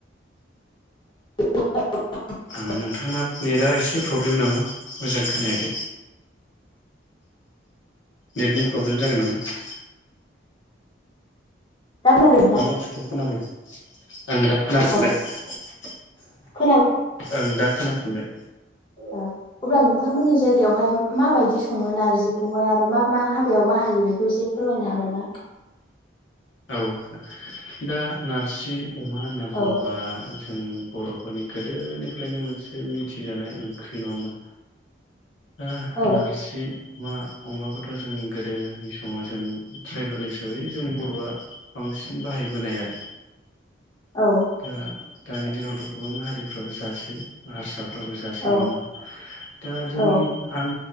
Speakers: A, on the left; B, on the left.
A: <unintelligible>
B: औ नोंथांना नेटआ एसे प्रब्लेम नामा मोजां खोनायाखै। नेटनि प्रब्लेम जादों नामा।
A: दा खोनादों नोंथां
B: थाथ थुथ खोनाफैदों। ओं दा खोनाफिनबाय।
A: औ <inaudible>
B: ओं दा खोनाफिनबाय
A: अ अब्ला नोंथांमोननि जायगायावहाय माबायदि सङो नारजिखौहाय आरो मा मा हाबायाव बाहायो बेखौ एसे फोरमायनो हागोन ना?
B: औ दा ना जि अमा होन्ना बुङोबा
A: औ
B: जों बर' नि गोदोनिफ्रायनो मोनसे मिथिजानाय ओंख्रि नङा होमा। ओ
A: औ
B: नारजि अमा अमाखौथ जों गोदोनि समाव जों ट्राइबेल हिसाबै जों बर'आ बांसिन बाहाय बोनाय आरो।
A: औ।
B: दा दानि दिनावथ गोबां हारिफ्राबो जासै हारसा फोरायो जासै
A: औ
B: नङा होमबा दा जोंनि
A: औ
B: आं